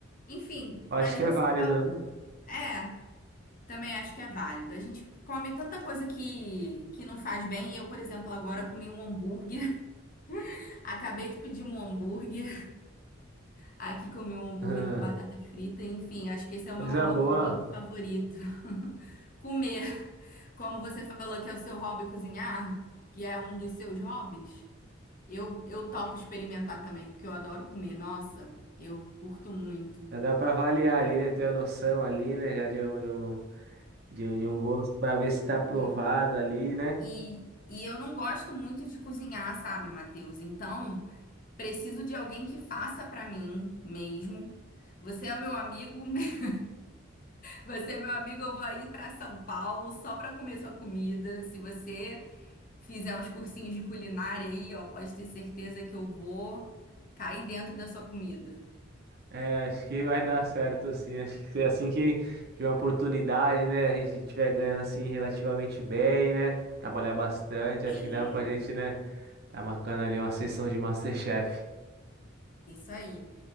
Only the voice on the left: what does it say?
Enfim,
mas
você
fala.
É, também acho que é válido. A gente come tanta coisa que, que não faz bem. Eu, por exemplo, agora comi um hambúrguer. <laughs> Acabei de pedir um hambúrguer. Aqui comi um hambúrguer
com batata frita, enfim, acho que esse é o
meu novo
hobby favorito. <laughs> Comer. Como você falou que é o seu hobby cozinhar, que é um dos seus hobbies, eu, eu topo experimentar também, porque eu adoro comer. Nossa, eu curto muito.
E,
e, e eu não gosto muito de cozinhar, sabe, Matheus? Então, preciso de alguém que faça pra mim mesmo. Você é meu amigo, <laughs> Você é meu amigo, eu vou aí para São Paulo só para comer sua comida. Se você fizer uns cursinhos de culinária aí, ó, pode ter certeza que eu vou cair dentro da sua comida.
É,
Isso aí.